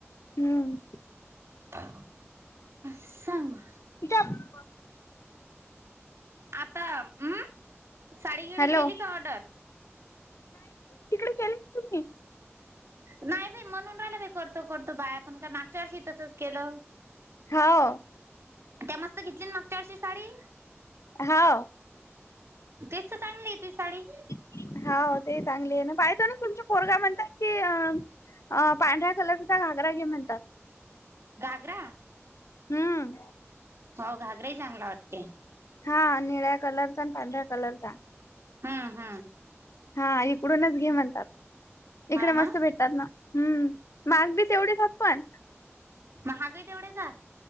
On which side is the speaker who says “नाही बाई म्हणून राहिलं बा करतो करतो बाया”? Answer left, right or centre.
Right